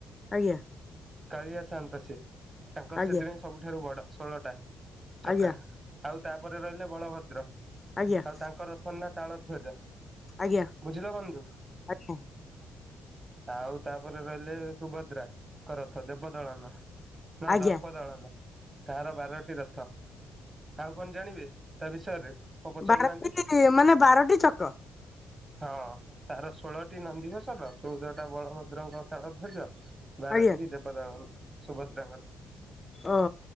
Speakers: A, on the left; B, on the right.
A: ଆଜ୍ଞା।
B: କାଳିଆ ସାଆନ୍ତ ସେ ତାଙ୍କର
A: ଆଜ୍ଞା
B: ସେଥିପାଇଁ ସବୁଠାରୁ ବଡ ଷୋଳଟା ଚକା।
A: ଆଜ୍ଞା
B: ଆଉ ତାପରେ ରହିଲେ ବଳଭଦ୍ର
A: ଆଜ୍ଞା
B: ଆଉ ତାଙ୍କ ରଥର ନା ତାଳଧ୍ୱଜ।
A: ଆଜ୍ଞା
B: ବୁଝିଲ ବନ୍ଧୁ।
A: ଆଜ୍ଞା
B: ଆଉ ତାପରେ ରହିଲେ ସୁଭଦ୍ରାଙ୍କ ରଥ ଦେବଦଳନ। ନାଁ
A: ଆଜ୍ଞା
B: ଦର୍ପଦଳନ। ତାର ବାରଟି ରଥ ଆଉ କଣ ଜାଣିବେ ତା ବିଷୟରେ? କଣ ପଚାରୁନାହାନ୍ତି
A: ବାରଟି ମାନେ ବାରଟି ଚକ।
B: ହଁ ତାର ଷୋଳଟି ନନ୍ଦୀଘୋଷର ଚଉଦଟା ବଳଭଦ୍ରଙ୍କ ତାଳ ଧ୍ଵଜ। ବାରଟି
A: ଆଜ୍ଞା
B: ଦେବଦଳନ ସୁଭଦ୍ରାଙ୍କର।
A: ଓ